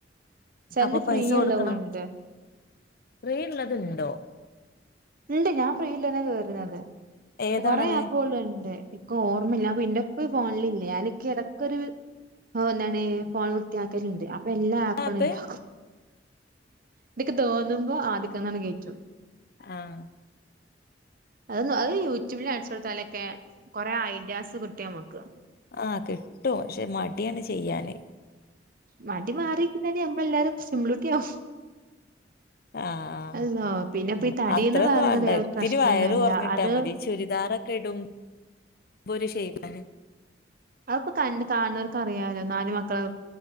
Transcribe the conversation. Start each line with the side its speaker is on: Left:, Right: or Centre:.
Right: ചെലത്
Left: അപ്പൊ
Right: ഫ്രീയ്ള്ളവുണ്ട്.
Left: പൈസ കൊടുക്കണം ഫ്രീ ഇള്ളത്ണ്ടോ?
Right: ഇണ്ട് ഞാൻ ഫ്രീ ഇള്ളെനാ കേറ്ണത്.
Left: ഏതാണത്
Right: കൊറെ ആപ്പുകള് ഇണ്ട്. ഇക്ക് ഓർമ്മല്ല. പിന്നെ പ്പ് ഫോണിലില്ല. ഞാന് ഇക്കെടക്കൊര് ഹോ എന്താണ് ഫോൺ വൃത്തിയാക്കല്ണ്ട്. അ പ്പെല്ലാ ആപ്പു
Left: ആപ്പ്
Right: ആണ് ഒയിവാക്കും. ന്ന്ക്ക് തോന്നുമ്പോ ആദ്യക്കെന്നാണ്ട് കേറ്റും.
Left: ആഹ്
Right: അതൊന്ന് അത് യൂട്യൂബില് അടിച്ചൊടുത്താലൊക്കെ കൊറെ ഐഡിയാസ് കിട്ടു ഞമ്മക്ക്.
Left: ആഹ് കിട്ടും പക്ഷെ മട്യാണ് ചെയ്യാന്.
Right: മടി മാറി കിട്ട്യാല് നമ്മളെല്ലാരും സിം ബ്ലൂട്ടിയാവും.
Left: ആഹ്
Right: അള്ളോഹ് പിന്നെപ്പ ഈ തടീന്ന്
Left: അത്രൊന്നും
Right: പറയണതേ
Left: വേണ്ട
Right: ഒര്
Left: ഇത്തിരി
Right: പ്രശ്നൊന്നല്ല.
Left: വയറ് കുറഞ്ഞിട്ടാ
Right: അത്,
Left: മതി ചുരിദാറൊക്കെ ഇടും മ്പൊരു ഷെയ്പ്പിന്
Right: അത്പ്പോ കണ്ണ് കാണുന്നോർക്ക് അറിയാലോ നാല് മക്കളെ